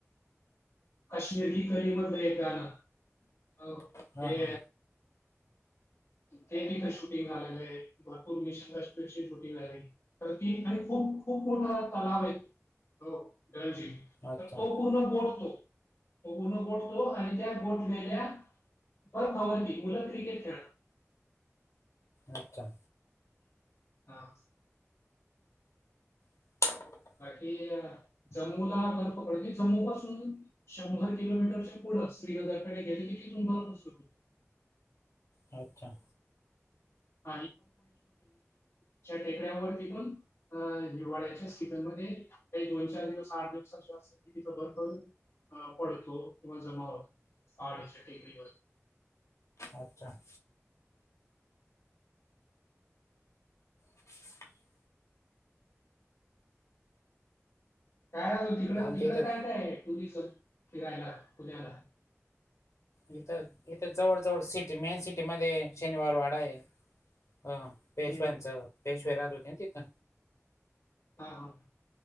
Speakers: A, on the left; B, on the left.
A: काश्मीर कली मधलं एक गाणं, अ
B: हा
A: ते
B: हा
A: डेली इथं शूटिंग झालेलं आहे, भरपूर <unintelligible> शूटिंग झाली. तर ती आणि खूप खूप मोठा तलाव आहे, हो डळजी
B: अच्छा
A: तर तो पूर्ण गोठतो, तो पूर्ण गोठतो आणि त्या पूर्ण वेल्या बर्फावरती मुलं क्रिकेट खेळणार.
B: अच्छा.
A: हां.
B: <inaudible>
A: बाकी जम्मूला बर्फ पडते, जम्मू पासून शंभर किलोमीटरच्या पुढं, श्रीनगरकडे गेले की तिथून पण सुरू होतो.
B: अच्छा.
A: <unintelligible> च्या टेकड्यावरती पण <unintelligible> अं हिवाळ्याच्या सीझनमध्ये एक मिनिटात तिथं <unintelligible> बर्फ अं पडतो किंवा जमा होतो <unintelligible> टेकडीवर.
B: अच्छा. <inaudible>
A: काय झालं तिकडं,
B: आमच्या
A: तिकडं
B: इथं
A: काय नाय. तू बी चल फिरायला पुण्याला.
B: इथं जवळ जवळ सिटी मेन सिटीमध्ये शनिवार वाडा हाय. अ पेशव्यांचा,
A: हम्म.
B: पेशवे रात होते ना तिथं.
A: हा हा.